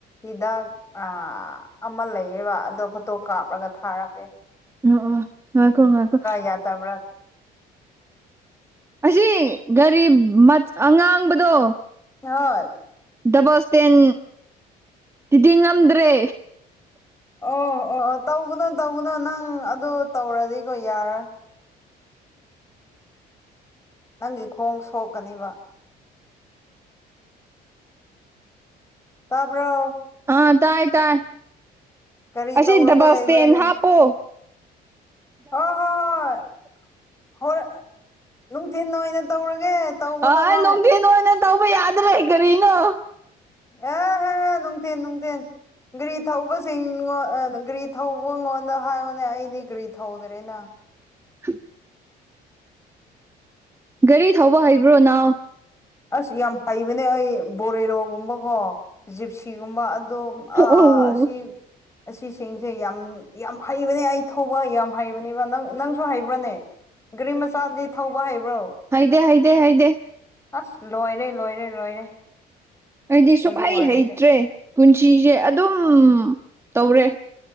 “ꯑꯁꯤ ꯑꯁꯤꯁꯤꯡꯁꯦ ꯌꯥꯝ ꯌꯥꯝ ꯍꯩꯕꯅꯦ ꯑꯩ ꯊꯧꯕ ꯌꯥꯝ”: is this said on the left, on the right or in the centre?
Left